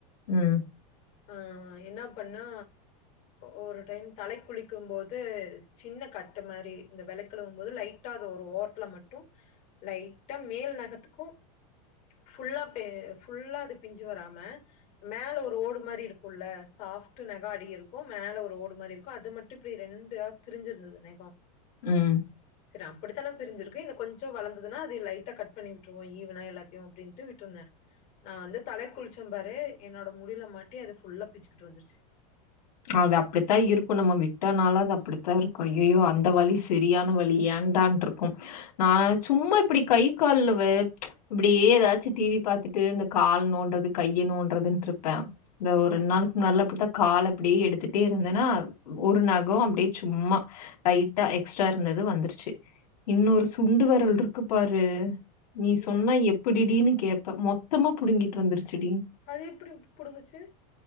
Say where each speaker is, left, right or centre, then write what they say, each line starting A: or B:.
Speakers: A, on the left; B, on the left.
A: ம்
B: ஆ என்ன பண்ணா ஒரு டைம் தலக்கி குளிக்கும் போது சின்ன கட்டு மாரி இந்த விலக்கிகழுவும் போது லைட்டா அது ஒரு ஓரத்துல மட்டு லைட்டா மேல் நெகத்துக்கு ஃபுல்லா பே ஃபுல்லா அது பிஞ்சு வராம மேல ஒரு ஓடு மாரி இருக்குல்ல சாப்ட் நெகம் அடி இருக்கும் மேல ஒரு ஓடு மாரி இருக்கு அது மட்டு இப்டி ரெண்டா பிரிஞ்சிருந்தது நெகொ
A: ம்
B: சரி அப்டித்தானே பிரிஞ்சிருக்கு இன்னும் கொஞ்சொ வளர்ந்துன்னா அது லைட்டா கட்பண்ணி விட்டுருவோ ஈவனா எல்லாத்தையும் அப்படின்ட்டு விட்ருந்தே நா வந்து தலை குளிச்சம் பாரு என்னோட முடியில மாட்டி அத ஃபுல்லா பிச்சுக்கிட்டு வந்துருச்சு
A: அது அப்படித்தா இருக்கும் நம்ம விட்டனால அது அப்படித்தா இருக்கும் ஐயையோ அந்த வழி சரியான வழி ஏன்டான் இருக்கும் நான் சும்மா இப்படி கை கால்ல வே இப்படியே ஏதாச்சும் டிவி பாத்துட்டு இந்த கால் நோன்றது கைய நோன்றதுன்ருப்பேன் இந்த ஒரு ரெண்டு நாளுக்கு முன்னாடில்லாம் இப்டிதா கால் அப்படியே எடுத்துட்டே இருந்தேன்னா ஒரு நகம் அப்படியே சும்மா லைட்டா எக்ஸ்ட்ரா இருந்தது வந்துருச்சு இன்னொரு சுண்டு வரல் இருக்கு பாரு நீ சொன்னா
B: ம்
A: எப்படி டீன்னு கேப்ப மொத்தமா புடுங்கிட்டு வந்துருச்சுடி
B: அது எப்படி புடுங்கச்சு